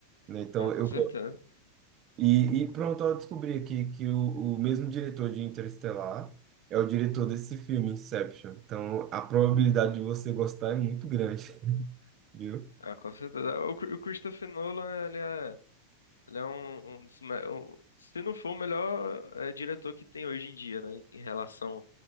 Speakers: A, on the right (about 35°); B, on the left (about 70°).
A: né? Então,
B: Ah, com
A: eu.
B: certeza.
A: E, e pronto, eu descobri aqui que o, o mesmo diretor de Interestelar é o diretor desse filme, Inception. Então, a probabilidade de você gostar é muito grande, <laughs> viu?
B: Ah, com certeza. O, Cri- o Christopher Nolan, ele é, ele é um, um dos, me- um- se não for o melhor eh, diretor que tem hoje em dia, né? Em relação